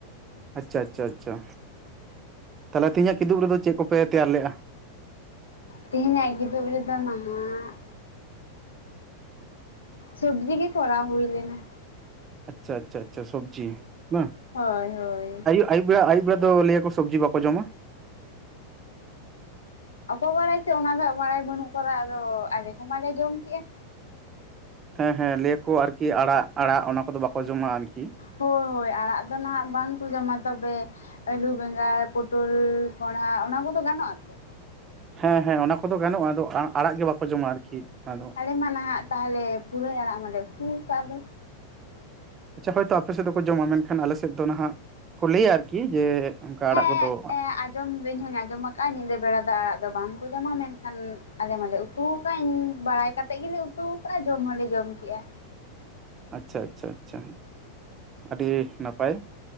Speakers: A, on the right; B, on the left.
A: ᱟᱪᱪᱷᱟ ᱟᱪᱪᱷᱟ ᱟᱪᱪᱷᱟ᱾ ᱛᱟᱦᱚᱞᱮ ᱛᱮᱦᱤᱧᱟᱜ ᱠᱤᱫᱩᱵ ᱨᱮᱫᱚ ᱪᱮᱫ ᱠᱚᱯᱮ ᱛᱮᱭᱟᱨ ᱞᱮᱫᱼᱟ?
B: ᱛᱮᱦᱮᱧᱟᱜ ᱠᱤᱫᱩᱵ ᱨᱮᱫᱚ ᱱᱟᱦᱟᱜ ᱥᱚᱵᱽᱡᱤ ᱜᱮ ᱠᱷᱚᱨᱟᱣ ᱦᱩᱭ ᱞᱮᱱᱟ᱾
A: ᱟᱪᱪᱷᱟ ᱟᱪᱪᱷᱟ ᱟᱪᱪᱷᱟ ᱥᱚᱵᱡᱤ ᱵᱟᱝ
B: ᱦᱳᱭ ᱦᱳᱭ
A: ᱟᱭᱩᱵ ᱵᱮᱲᱟ ᱟᱭᱩᱵ ᱵᱮᱲᱟ ᱫᱚ ᱞᱟᱹᱭᱟᱠᱚ ᱥᱚᱵᱡᱤ ᱵᱟᱠᱚ ᱡᱚᱢᱟ
B: ᱚᱠᱚᱭ ᱵᱟᱲᱟᱭ ᱥᱮ ᱚᱱᱟ ᱫᱚ ᱵᱟᱲᱟᱭ ᱵᱟᱹᱱᱩᱜ ᱠᱟᱫᱟ ᱟᱫᱚ ᱟᱞᱮ ᱠᱚ ᱢᱟᱞᱮ ᱡᱚᱢ ᱠᱮᱜᱼᱟ
A: ᱦᱮᱸ ᱦᱮᱸ ᱞᱟᱹᱭ ᱟᱠᱚ ᱟᱨᱠᱤ ᱟᱲᱟᱜ ᱟᱲᱟᱜ ᱚᱱᱟ ᱠᱚᱫᱚ ᱵᱟᱠᱚ ᱡᱚᱢᱟ ᱟᱨᱠᱤ
B: ᱦᱳᱭ ᱦᱳᱭ ᱟᱲᱟᱜ ᱫᱚ ᱱᱟᱦᱟᱜ ᱵᱟᱝᱠᱚ ᱡᱚᱢᱟ ᱛᱚᱵᱮ ᱟᱹᱞᱩ ᱵᱮᱸᱜᱟᱲ ᱯᱚᱴᱚᱞ ᱠᱚᱲᱦᱟ ᱚᱱᱟ ᱠᱚᱫᱚ ᱜᱟᱱᱚᱜ-ᱟ ᱛᱚ
A: ᱦᱮᱸ ᱦᱮᱸ ᱚᱱᱟ ᱠᱚᱫᱚ ᱜᱟᱱᱚᱜᱼᱟ ᱟᱫᱚ ᱟᱲᱟᱜ ᱜᱮ ᱵᱟᱠᱚ ᱡᱚᱢᱟ ᱟᱨᱠᱤ ᱟᱫᱚ
B: ᱟᱞᱮ ᱢᱟ ᱱᱟᱦᱟᱜ ᱛᱟᱦᱚᱞᱮ ᱯᱩᱨᱟᱹᱭ ᱟᱲᱟᱜ ᱢᱟᱞᱮ ᱩᱛᱩ ᱠᱟᱫ ᱫᱚ᱾
A: ᱟᱪᱪᱷᱟ ᱦᱳᱭᱛᱚ ᱟᱯᱮ ᱥᱮᱫ ᱫᱚ ᱠᱚ ᱡᱚᱢᱟ ᱢᱮᱱᱠᱷᱟᱱ ᱟᱞᱮ ᱥᱮᱫ ᱫᱚ ᱱᱟᱦᱟᱜ ᱠᱚ ᱞᱟᱹᱭᱟ ᱟᱨᱠᱤ ᱡᱮ ᱚᱱᱠᱟ ᱟᱲᱟᱜ
B: ᱦᱮᱸ
A: ᱠᱚ ᱫᱚ
B: ᱮᱸ ᱟᱸᱡᱚᱢ ᱫᱚ ᱤᱧ ᱦᱟᱧ ᱟᱸᱡᱚᱢ ᱟᱠᱟᱜᱼᱟ ᱧᱤᱫᱟᱹ ᱵᱮᱲᱟ ᱫᱚ ᱟᱲᱟᱜ ᱫᱚ ᱵᱟᱝᱠᱚ ᱡᱚᱢᱟ ᱢᱮᱱᱠᱷᱟᱱ ᱟᱞᱮ ᱢᱟᱞᱮ ᱩᱛᱩ ᱠᱟᱫ ᱤᱧ ᱵᱟᱲᱟᱭ ᱠᱟᱛᱮᱫ ᱜᱮᱞᱮ ᱩᱛᱩ ᱠᱟᱜᱼᱟ ᱡᱚᱢ ᱦᱚᱸᱞᱮ ᱡᱚᱢ ᱠᱮᱜᱼᱟ
A: ᱟᱪᱪᱷᱟ ᱟᱪᱪᱷᱟ ᱟᱪᱪᱷᱟ᱾ ᱟᱰᱤ ᱱᱟᱯᱟᱭ